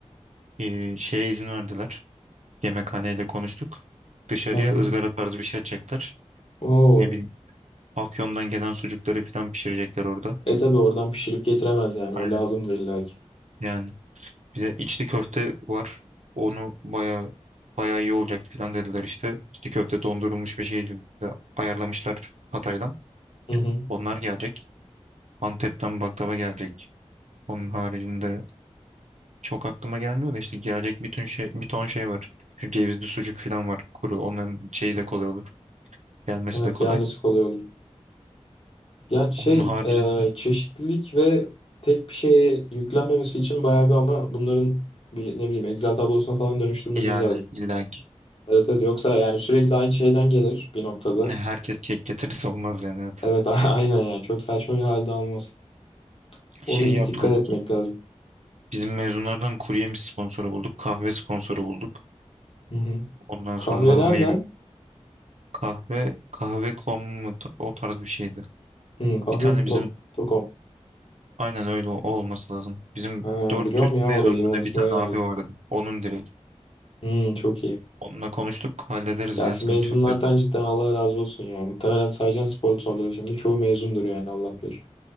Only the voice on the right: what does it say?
Ee, şeye izin verdiler. Yemekhaneyle konuştuk. Dışarıya
ızgara tarzı bir şey açacaklar.
Ne bileyim Afyon'dan gelen sucukları falan pişirecekler orada.
Aynen.
Yani bir de içli köfte var. Onu baya baya iyi olacak falan dediler işte. İçli köfte dondurulmuş bir şekilde ayarlamışlar Hatay'dan.
Onlar gelecek. Antep'ten baklava gelecek. Onun haricinde çok aklıma gelmiyor da işte gelecek bütün şey bir ton şey var. Çünkü cevizli sucuk falan var kuru. Onların şeyi de kolay olur. Gelmesi
de kolay.
Onun haricinde
yani
illa ki
ne herkes kek getirirse olmaz yani evet.
Şey yaptık
onu.
Bizim mezunlardan kurye mi sponsoru bulduk, kahve sponsoru bulduk.
Ondan
sonra
meyve kahve, kahve.com mu ta- o tarz bir şeydi.
Bir tane bizim aynen öyle o o olması lazım. Bizim
400
mezunluğunda
bir tane
abi
vardı. Onun direkt.
Onunla konuştuk, hallederiz
ya
sıkıntı
yok dedi.